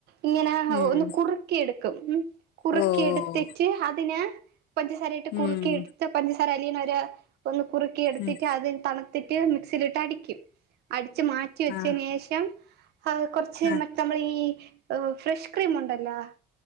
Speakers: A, on the right; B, on the left.
A: ഇങ്ങനെ
B: ഉം
A: ഒന്ന് കുറുക്കി എടുക്കും ഉം കുറുക്കി
B: ഓ ഓ
A: എടുത്തിട്ട് അതിനെ പഞ്ചസാരയിട്ട് കുറുക്കി
B: ഉം
A: എടുത്ത് പഞ്ചസാര അലിയണ വരെ ഒന്ന് കുറുക്കി എടുത്തിട്ട്
B: ഉം
A: അതി തണു ത്തിട്ട് മിക്സീലിട്ടടിക്കും. അടിച്ച് മാറ്റി വച്ചതിനുശേഷം
B: ആഹ്
A: കുറച്ച്
B: ആഹ്
A: മ നമ്മളെ ഈ ഫ്രഷ് ക്രീം ഉണ്ടല്ലോ